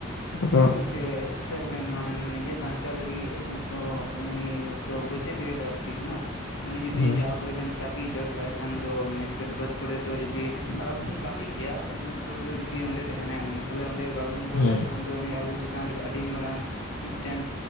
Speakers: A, on the left (about 80°); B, on the left (about 65°).
A: ᱟᱫᱚ
B: ᱦᱳᱭ ᱜᱚᱝᱠᱮ ᱪᱤᱠᱟᱭᱟ ᱵᱮᱱ ᱱᱤᱡᱮ ᱵᱟᱧᱪᱟᱣ ᱞᱟᱹᱜᱤᱫ ᱦᱚᱸᱛᱚ ᱩᱱᱤ ᱛᱚ ᱜᱚᱡᱮ ᱜᱮ ᱞᱟᱹᱠᱛᱤ ᱠᱟᱱᱟ, ᱩᱱᱤ ᱡᱩᱫᱤ
A: ᱦᱩᱸ
B: ᱡᱟᱦᱟᱸ ᱠᱚᱨᱮ ᱵᱮᱱ ᱛᱟᱠᱤ ᱡᱚᱥ ᱞᱟᱭ ᱠᱷᱟᱱ ᱫᱚ ᱢᱟᱱᱮ ᱠᱷᱮᱫᱽ ᱵᱟᱹᱫᱽ ᱠᱚᱨᱮ ᱫᱚ ᱡᱩᱫᱤ ᱟᱨ ᱟᱵᱩ ᱵᱚᱱ ᱠᱟᱢᱤ ᱜᱮᱭᱟ ᱩᱱ ᱚᱠ ᱛᱚ ᱡᱚ ᱡᱩᱫᱤ ᱚᱸᱰᱮ ᱛᱟᱦᱮᱸᱱᱟᱭ ᱩᱱᱤ ᱛᱟᱦᱚᱞᱮ ᱚᱸᱰᱮ ᱵᱟᱵᱚᱱ ᱜᱚᱡ
A: ᱦᱩᱸ
B: ᱞᱮᱠᱷᱟᱱ ᱩᱱᱤ ᱟᱜᱩ ᱪᱮᱛᱟᱱ ᱨᱮ ᱟᱹᱰᱤ ᱢᱟᱨᱟᱝ ᱢᱤᱫᱽᱴᱮᱱ